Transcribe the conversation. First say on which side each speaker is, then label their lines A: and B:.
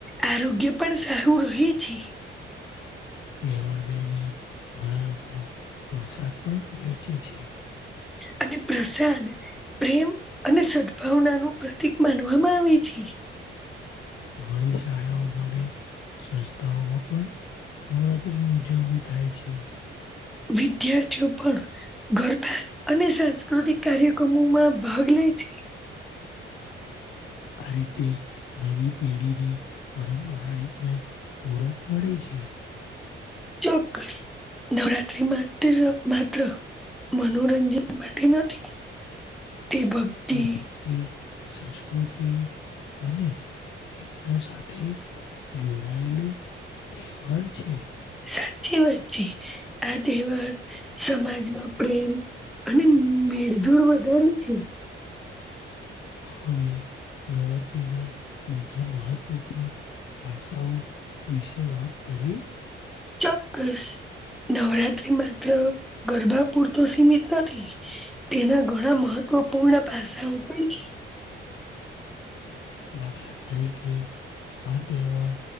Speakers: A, in the centre; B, on the left.
A: આરોગ્ય પણ સારું રહે છે. <inaudible>
B: તહેવાર દરમિયાન ઘણા લોકો વરસાદ પણ વહેચે છે.
A: અને પ્રસાદ પ્રેમ અને સદભાવના નું પ્રતિક માનવામાં આવે છે.
B: ઘણી શાળાઓમાં અને સંસ્થાઓમાં પણ. નવરાત્રીની ઉજવણી થાય છે.
A: વિદ્યાર્થીઓ પણ ગરબા અને સાંસ્કૃતિક કાર્યક્રમોમાં ભાગ લે છે
B: આ રીતે નવી પેઢીને પરંપરા રીતને ઓળખ મળે છે
A: ચોક્કસ નવરાત્રી માત્ર માત્ર મનોરંજન માટે નથી તે ભક્તિ
B: તે ભક્તિ, સંસ્કૃતિ અને એકતા સાથે જોડાયેલું તહેવાર છે
A: સાચી વાત છે આ તહેવાર સમાજમાં પ્રેમ, અને મેળ જોડ વધારે છે
B: હવે નવરાત્રી ના બીજા મહત્વપૂર્ણ ભાષાઓ વિશે વાત કરીએ
A: ચોક્કસ નવરાત્રી માત્ર ગરબા પૂરતો સીમિત નથી તેના ઘણા મહ ત્વપૂર્ણ પાસાઓ પણ છે.
B: દાખલા કરી કે આ તહેવાર